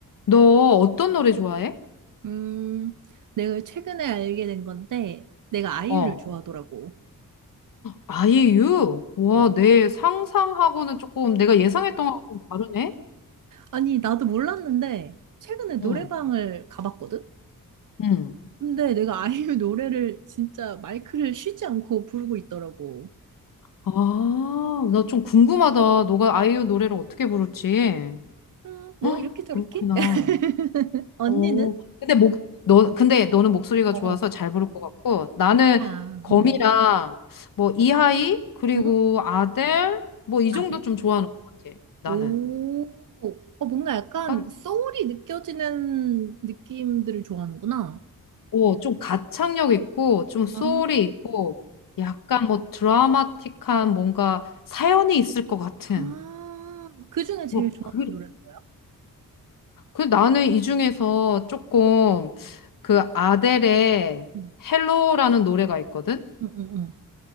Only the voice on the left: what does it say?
너 어떤 노래 좋아해?
어,
아이유? 와,
내 상상하고는 조금 내가 예상했던 거랑 좀 다르네?
응.
응.
아, 나 좀 궁금하다. 너가 아이유 노래를 어떻게 부를지.
<gasps> 헉,
그렇구나.
어, 근데 목, 너, 근데 너는 목소리가
좋아서
잘 부를 것 같고, 나는
거미랑
뭐 이하이, 그리고
아델, 뭐 이
정도 좀 좋아하는 것 같아. 나는.
그러니까
오, 좀 가창력 있고, 좀 소울이
있고, 약간 뭐 드라마틱한 뭔가 사연이 있을 것 같은.
뭐,
그,
그 나는 이 중에서 조금 그 아델의
헬로라는 노래가 있거든?